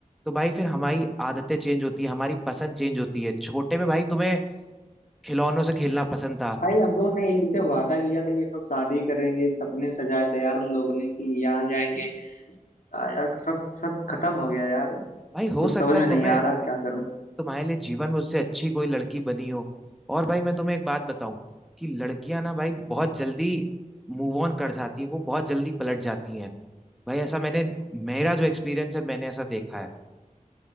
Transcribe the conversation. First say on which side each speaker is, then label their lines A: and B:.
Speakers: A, in the centre; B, on the left.
A: तो भाई फिर हमारी आदतें चेंज होती है हमारी पसंद चेंज होती है छोटे में भाई तुम्हें खिलौनों से खेलना पसंद था
B: भाई हम लोगों ने एक दूसरे वादा किया था कि हम लोग शादी करेंगे सपने सजाए थे यार हम लोगों ने कि यहाँ जाएंगे आ, यार सब सब खत्म हो गया यार
A: भाई हो
B: कुछ
A: सकता
B: समझ
A: है
B: में नहीं
A: तुम्हें
B: आ रहा क्या करूं
A: तुम्हारे लिए जीवन में उससे अच्छी कोई लड़की बनी हो और भाई मैं तुम्हें एक बात बताऊं कि लड़कियां ना भाई बहुत जल्दी मूव ऑन कर जाती है वो बहुत जल्दी पलट जाती हैं भाई ऐसा मैंने मेरा जो एक्सपीरियंस है मैंने ऐसा देखा है